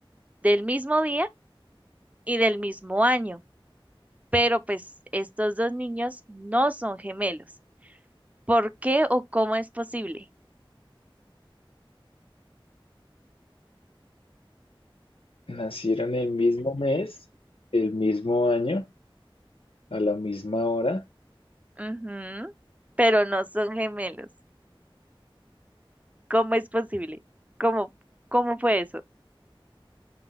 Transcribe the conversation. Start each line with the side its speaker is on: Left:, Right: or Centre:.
Right: del mismo día y del mismo año. Pero pues estos dos niños no son gemelos. ¿Por qué o cómo es posible?
Left: Nacieron el mismo mes, el mismo año, a la misma hora.
Right: Ujú, Pero no son gemelos. ¿Cómo es posible? ¿Cómo, cómo fue eso?